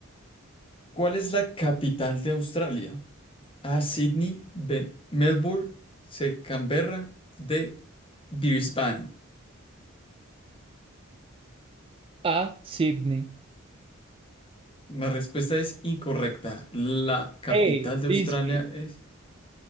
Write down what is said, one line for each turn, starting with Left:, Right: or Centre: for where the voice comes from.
Left: ¿Cuál es la capital de Australia? A. Sydney. B. Melbourne. C. Canberra. D. Brisbane.
Right: A. Sydney.
Left: La respuesta es incorrecta. La capital
Right: B.
Left: de Australia
Right: Bisbee.
Left: es...